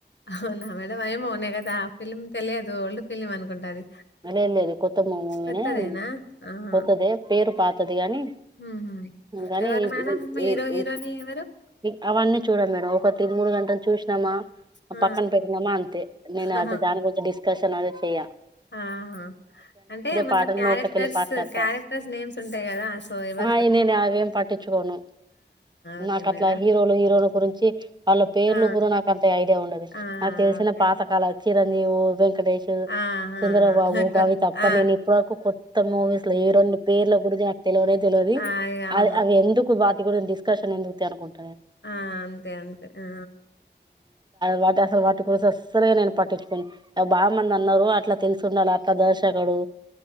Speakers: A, on the left; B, on the right.
A: అహ్హవునా మేడం ఏమో నే గదా ఆ ఫిలిమ్ తెలియదు. ఓల్డ్ ఫిలిం అనుకుంట అది
B: లేదు లేదు కొత్త మావీమనే
A: కొత్తదేనా ఆహా
B: కొత్తదే పేరు పాతది గనీ
A: ఉహు
B: గనీ
A: ఎవరు
B: ఎ
A: మేడం హీరో
B: ఎ
A: హీరోని
B: ఎ
A: ఎవరు
B: ఎ అవన్నీ చూడను మేడం. ఒక ఇది మూడు గంటల్ చూసినమా
A: ఆ
B: పక్కన పెట్టినమా అంతే నేను
A: ఆహా
B: అది దాని గురించి డిస్కస్ కన్ అది చేయ్య
A: ఆహా అంటే మన్ల
B: పాటలు
A: క్యారెక్టర్స్
B: నోట్లకెళ్ళి పాటలంతా
A: క్యారెక్టర్స్ నేమ్స్ ఉంటయి గదా సో ఏవ్వ
B: అయి నేనా అవేం పట్టించుకోను.
A: ఓకే
B: నాకు
A: మేడం
B: అట్లా హీరోలు హీరోన్ గురించి వాళ్ళ పేర్లు
A: ఆ
B: గురు నాకు అంత ఐడియా ఉండది.
A: ఆ
B: నాకు తెలిసిన
A: ఓకే
B: పాతకాల చిరంజీ ఓ వెంకటేష్
A: ఆ ఆ
B: చంద్రబాబు
A: కొ
B: కావి తప్ప
A: ఆ
B: నేను ఇప్పటి వరకు కొత్త మూవీస్ లో ఈ రెండు పేర్ల గురించి నాకు తెలువనే తెలువదు అది
A: ఆ అవును
B: అవి ఎందుకు వాటి కూడా డిస్కషన్ ఎందుకు తి అనుకుంట
A: ఆ అంతే అంతే ఆ
B: వాటి అసలు వాటి కోస అసలుగా నేను పట్టించుకోని బాగా మంది అన్నారు అట్లా తెలిసుండాలి అట్లా దర్శకుడు